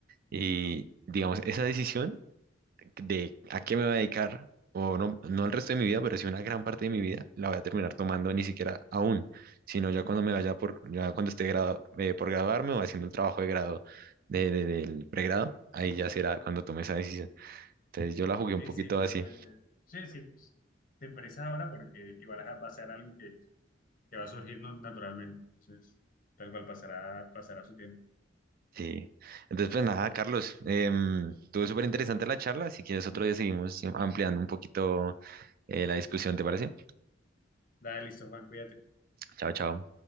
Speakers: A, on the right (about 50°); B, on the left (about 45°).
A: y digamos, esa decisión de a qué me voy a dedicar, o no, no el resto de mi vida, pero sí una gran parte de mi vida, la voy a terminar tomando ni siquiera aún, sino ya cuando me vaya por, ya cuando esté gradu- eh, por graduarme o haciendo el trabajo de grado de, de- del pregrado, ahí ya será cuando tome esa decisión. Entonces yo la jugué
B: Sí,
A: un poquito
B: sí, totalmente.
A: así,
B: Sí, sí, pues, te empresas ahora porque igual va a ser algo que, que va a surgir no- naturalmente, entonces tal cual pasará, pasará su tiempo.
A: sí. Entonces pues nada, Carlos, em, estuvo súper interesante la charla, si quieres otro día seguimos eh, ampliando un poquito eh, la discusión, ¿te parece?
B: Dale, listo, Juan, cuídate.
A: Chao, chao.